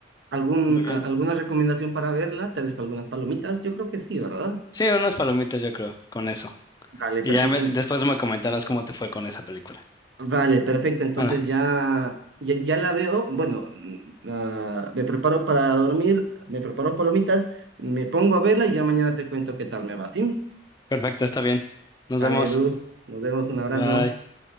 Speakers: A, on the right (about 75°); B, on the left (about 20°).
A: algún,
B: muy bien.
A: a- ¿Alguna recomendación para verla? Tal vez algunas palomitas. Yo creo que sí, ¿verdad?
B: Sí, unas palomitas yo creo, con eso.
A: Vale,
B: Y
A: perfecto.
B: ya me-
A: en-
B: después me comentarás cómo te fue con esa película.
A: Vale, perfecto. Entonces
B: Bueno,
A: ya, ya, ya la veo. Bueno, mm, ah, me preparo para dormir, me preparo palomitas, me pongo a verla y ya mañana te cuento qué tal me va, ¿sí?
B: perfecto, está bien. Nos
A: Dale,
B: vemos.
A: Edu. Nos vemos. Un abrazo.
B: Bye.